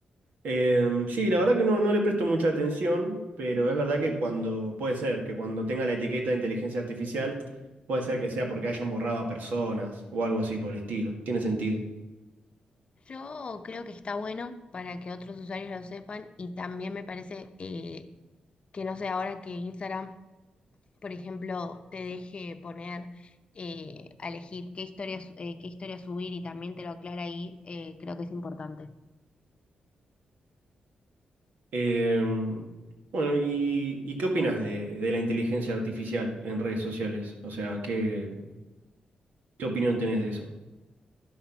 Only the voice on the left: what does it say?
Yo creo que está bueno para que otros usuarios lo sepan y también me parece eh, que no sé, ahora que Instagram por ejemplo, te deje poner eh, a elegir qué historias eh, qué historia subir y también te lo aclara ahí, eh, creo que es importante.